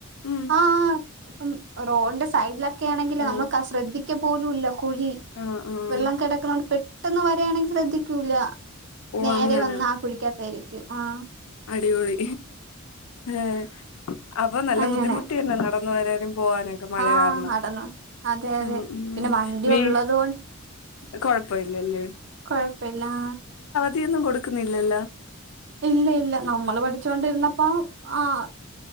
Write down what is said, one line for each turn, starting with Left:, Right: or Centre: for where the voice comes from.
Left: ഉം
Right: ആഹ് ആ ഇപ്പം റോഡിന്റെ സൈഡിലൊക്കെ ആണെങ്കില്
Left: ഓ
Right: നമ്മൾക്ക് ശ്രദ്ധിക്ക പോലുംല്ല കുഴി
Left: ആഹ് ആഹ്
Right: വെള്ളം കിടക്കുന്നോണ്ട് പെട് ട്ടെന്ന് വരാണെ ശ്രദ്ധിക്ക്യൂല്ലാ
Left: ഓ
Right: നേരെ
Left: അങ്ങനെ
Right: വന്ന് ആ കുഴിക്ക്യാത്തേരിക്കും ആഹ്
Left: അടിപൊളി ഏഹ് അപ്പൊ നല്ല
Right: അങ്ങനെ
Left: ബുദ്ധിമുട്ടിയന്നെ നടന്ന് വരാനും പോവാനൊക്കെ മഴ
Right: ആഹ്
Left: കാരണം
Right: നടന്നു അതെ അതെ
Left: ഉം ഉം
Right: പിന്നെ വണ്ടി
Left: വീ
Right: ഉള്ളത്
Left: കൊഴപ്പയില്ലല്ലേ
Right: കൊഴപ്പയില്ലാ
Left: ധിയൊന്നും കൊടുക്ക്ന്നില്ലല്ലോ
Right: ഇല്ല ഇല്ല നമ്മള് പഠിച്ചോണ്ടിരുന്നപ്പം ആഹ്